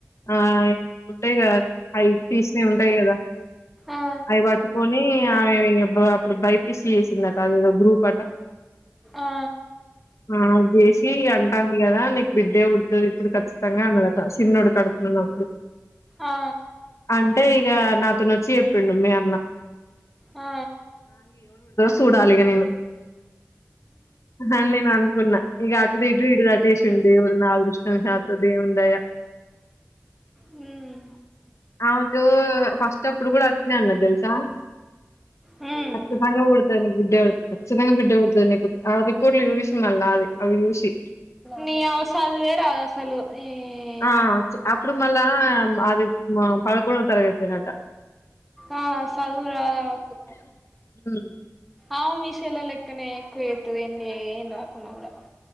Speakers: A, on the left; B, in the centre.
A: ఆ ఉంటాయి కదా అవి తీసినవి ఉంటాయి కదా
B: ఆ
A: అవి పట్టుకొని ఆమె అప్పుడు బైపీస చేసిందట అది ఏదో గ్రూప్ అట
B: ఆ
A: ఆ జష్ అంటాంది కదా నీకు బిడ్డే ఉడుతుంది ఇప్పుడు ఖచ్చితంగా అనదట చిరున్నడు కడుపులు ఉన్నప్పుడు
B: ఆ
A: అ అంటే ఇక నాతోనుొచ్చి చెప్పిండు మీ అన్న
B: ఆ
A: చూడాలిగా నను హ నేను అనుకున్నా ఈ ఆటు దిడ్రు హిద దాటేష ఉండి ఇఊడు నా అ దృష్ట శాతవ దే ఉందయా
B: మ్
A: అవు ఫస్ట్ అప్పుడు కూడా అన్న తెలుసా
B: మ్
A: అ సంంగ ఊడతా బుడ్ధ వెతు ససంగా బడ్డ ఉతుందినే ఆ రిపోర్ట్ లో ూషిల్ అది అ యూషి
B: నీ అవ సదువే రాదు అసలు ఈ
A: ఆ చె అ ఇప్పుడు మళ్ళా ఆ అది పదకొండో తరగతేనట
B: ఆ చదువు రాదామెకు
A: ఊ
B: ఆ మీషోల లెక్కనే ఎక్కువ అవుతుది ఏం ఏన్ రాకున్నా కూడా